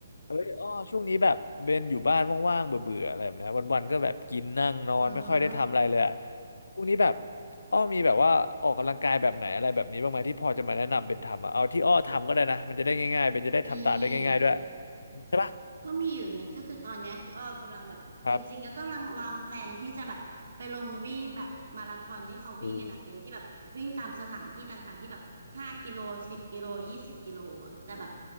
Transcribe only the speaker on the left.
เอ้ยอ้อช่วงนี้แบบเบนอยู่บ้านว่างๆเบื่อๆอะไรแบบนี้วันๆก็แบบกินนั่งนอนไม่ค่อยได้ทำอะไรเลยอะ
ช่วงนี้แบบอ้อมีแบบว่าออกกำลังกายแบบไหนอะไรแบบนี้บ้างไหมที่พอจะมาแนะนำเบนทำอะเอาที่อ้อทำก็ได้นะมันจะได้ง่ายๆเบนจะได้ทำตามได้ง่ายๆด้วย
ใช่ปะ
ครับอืม